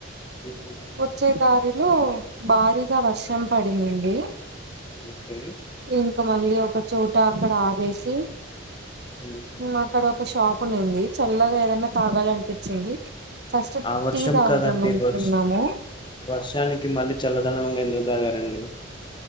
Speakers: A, on the left; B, on the right.
A: మ్మ్.
B: వచ్చే దారిలో భారీగా వర్షం పడింది
A: ఓకే
B: ఇంకా మళ్ళీ ఒక చోట అక్కడ ఆవేసి
A: మ్మ్.
B: అక్కడ ఒక షాప్ కొనింది చల్లగా ఏదైనా తాగాలనిపించింది ఫస్ట్
A: ఆ వర్షం
B: టీ తాగుతాం
A: కదండి
B: అనుకున్నాము
A: వర్ష వర్షానికి మళ్ళీ చల్లదనంగా ఎందుకు తాగారండి